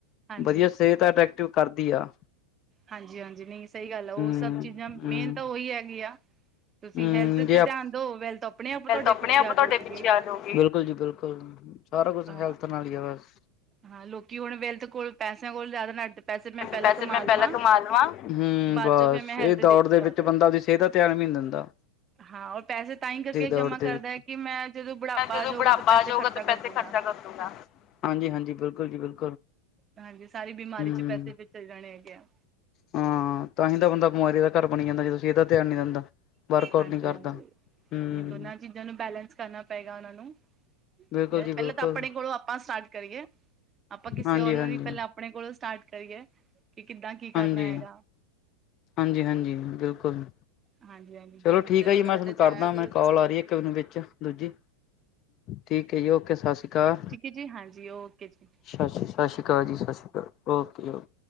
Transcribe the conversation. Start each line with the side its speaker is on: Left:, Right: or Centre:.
Right: ਹਾਂਜੀ
Left: ਵਧੀਆ ਸਿਹਤ ਐਕਟਿਵ ਕਰਦੀ ਆ।
Right: ਹਾਂਜੀ ਹਾਂਜੀ ਨਹੀਂ ਸਹੀ ਗੱਲ ਆ ਉਹ
Left: ਹੂੰ
Right: ਸਭ ਚੀਜ਼ਾਂ ਮੇਨ
Left: ਹੂੰ।
Right: ਤਾਂ ਉਹੀ ਹੈਗੀ ਆ। ਤੁਸੀਂ
Left: ਹੂੰ
Right: ਹੈਲਥ
Left: ਜੇ
Right: ਦੇ
Left: ਆਪ
Right: ਧਿਆਨ ਦਓ ਵੈਲਥ ਆਪਣੇ ਆਪ ਤੁਹਾਡੇ
Left: ਮੈਂ ਤਾਂ ਆਪਣੇ
Right: ਪਿੱਛੇ
Left: ਆਪ
Right: ਆ
Left: ਤੁਹਾਡੇ
Right: ਜਾਓਗੇ।
Left: ਪਿੱਛੇ ਆ ਜਾਊਗੀ। ਬਿਲਕੁਲ ਜੀ ਬਿਲਕੁਲ ਸਾਰਾ ਕੁਛ
Right: ਹਾਂ।
Left: ਹੈਲਥ ਨਾਲ ਹੀ ਆ ਬਸ।
Right: ਹਾਂ, ਲੋਕੀ ਹੁਣ ਵਿਲਥ ਕੋਲ ਪੈਸਿਆਂ ਕੋਲ ਜ਼ਿਆਦਾ ਨਾ ਪੈਸੇ ਮੈਂ ਪਹਿਲਾਂ
Left: ਪੈਸੇ
Right: ਕਮਾ
Left: ਮੈਂ ਪਹਿਲਾਂ
Right: ਲਵਾਂ।
Left: ਕਮਾ ਲਵਾਂ। ਹੂੰ,
Right: ਬਾਅਦ
Left: ਬਸ
Right: ਚੋਂ ਫੇਰ ਮੈਂ
Left: ਇਹ
Right: ਹੈਲਥ
Left: ਦੌੜ
Right: ਦੇਖੂਗਾ
Left: ਦੇ ਵਿੱਚ
Right: ਕਰਕੇ।
Left: ਬੰਦਾ ਆਪਦੀ ਸਿਹਤ ਦਾ ਧਿਆਨ ਵੀ ਨਹੀਂ ਦਿੰਦਾ।
Right: ਹਾਂ, ਓ ਪੈਸੇ ਤਾਂ ਹੀ ਕਰਕੇ ਜਮਾਂ
Left: ਦੌੜ ਦੇ
Right: ਕਰਦਾ
Left: ਵਿੱਚ।
Right: ਕਿ ਮੈਂ ਜਦੋਂ ਬੁਢਾਪਾ
Left: ਮੈਂ ਜਦੋਂ
Right: ਆ
Left: ਬੁਢਾਪਾ
Right: ਜਾਊਗਾ ਤਾਂ ਪੈਸੇ
Left: ਆ ਜਾਊਗਾ
Right: ਖਰਚਾ
Left: ਤਾਂ
Right: ਕਰ
Left: ਪੈਸੇ
Right: ਦੂਗਾ।
Left: ਖਰਚਾ ਕਰ ਹਾਂਜੀ-ਹਾਂਜੀ, ਬਿਲਕੁਲ ਜੀ ਬਿਲਕੁਲ
Right: ਹਾਂਜੀ, ਸਾਰੀ ਬਿਮਾਰੀ
Left: ਹੂੰ।
Right: ਚ ਪੈਸੇ ਵਿੱਚ ਚਲੇ ਜਾਣੇ ਹੈਗੇ ਆ
Left: ਹਾਂ, ਤਾਂ ਹੀ ਤਾਂ ਬੰਦਾ ਬਿਮਾਰੀ ਦਾ ਘਰ ਬਣੀ ਜਾਂਦਾ ਜਦੋਂ ਸਿਹਤ ਇਹਦਾ ਧਿਆਨ ਨਹੀਂ ਦਿੰਦਾ ਵਰਕ ਆਊਟ
Right: ਹਾਂਜੀ
Left: ਨੀ ਕਰਦਾ
Right: ਹਾਂਜੀ।
Left: ਹੂੰ
Right: ਇਹ ਦੋਨਾਂ ਚੀਜ਼ਾਂ ਨੂੰ ਬੈਲੇੈਂਸ ਕਰਨਾ ਪਏਗਾ ਉਹਨਾਂ ਨੂੰ
Left: ਬਿਲਕੁਲ
Right: ਪਹਿਲਾਂ
Left: ਜੀ ਬਿਲਕੁਲ
Right: ਤਾਂ ਆਪਣੇ ਕੋਲੋਂ ਆਪਾਂ ਸਟਾਰਟ ਕਰੀਏ ਆਪਾਂ ਕਿਸੇ
Left: ਹਾਂਜੀ-ਹਾਂਜੀ।
Right: ਉਹਨ ਵੀ ਪਹਿਲਾਂ ਆਪਣੇ ਕੋਲੋਂ ਸਟਾਰਟ ਕਰੀਏ ਕਿ ਕਿੱਦਾਂ ਕੀ
Left: ਹਾਂਜੀ,
Right: ਕਰਨਾ ਹੈਗਾ।
Left: ਹਾਂਜੀ-ਹਾਂਜੀ, ਬਿਲਕੁਲ।
Right: ਹਾਂਜੀ ਹਾਂਜੀ
Left: ਚਲੋ
Right: ਜਿੰਮ
Left: ਠੀਕ
Right: ਤੇ
Left: ਆ
Right: ਵਗੈਰਾ
Left: ਜੀ ਮੈਂ ਤੁਹਾਨੂੰ
Right: ਤੇ ਜਾਇਆ
Left: ਕਰਦਾ
Right: ਕਰੋ
Left: ਮੈਂ
Right: ਤੁਸੀਂ।
Left: ਕਾਲ ਆ ਰਹੀ ਇੱਕ ਮੈਨੂੰ ਵਿੱਚ ਦੂਜੀ ਠੀਕ ਐ ਜੀ ਓਕੇ ਸਤਿ ਸ਼੍ਰੀ ਅਕਾਲ।
Right: ਠੀਕ ਹੈ ਜੀ ਹਾਂਜੀ ਓਕੇ ਜੀ
Left: ਸਤਿ ਸ਼੍ਰੀ ਅਕਾਲ ਜੀ ਸਤਿ ਸ਼੍ਰੀ ਅਕਾਲ ਓਕੇ ਓਕੇ।